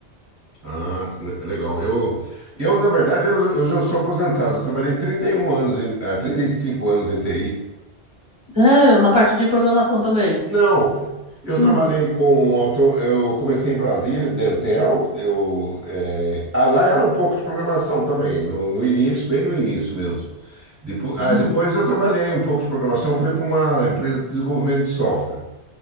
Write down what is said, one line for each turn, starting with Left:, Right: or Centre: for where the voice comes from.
Right: Ah, le- legal. Eu, eu na verdade, eu, eu já sou aposentado. Eu trabalhei 31 anos, em, ah, 35 anos em TI.
Left: Sério, na parte de programação também.
Right: Não, eu
Left: Hum,
Right: trabalhei com auto, eu comecei em Brasília, Dentel. Eu, eh, ah, lá era um pouco de programação também, no, no início, bem no início mesmo. Depois,
Left: uhum.
Right: ah, depois eu trabalhei um pouco de programação, foi para uma empresa de desenvolvimento de software. <coughs>